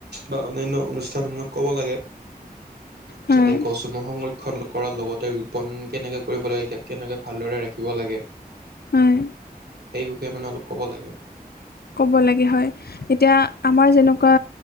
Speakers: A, on the right (about 80°); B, on the left (about 75°).
A: বা অন্যান্য অনুষ্ঠান সমূহত ক'ব লাগে।
B: হয়
A: যাতে গছসমূহ সংৰ ক্ষণ কৰাৰ লগতে ৰোপণ কেনেকে কৰিব লাগে ইয়াক কেনেকে ভালদৰে ৰাখিব লাগে।
B: হয়।
A: সেই বিষয়ে মানে অলপ ক'ব লাগে।
B: ক'ব লাগে হয় এতিয়া আমাৰ যেনেকোৱা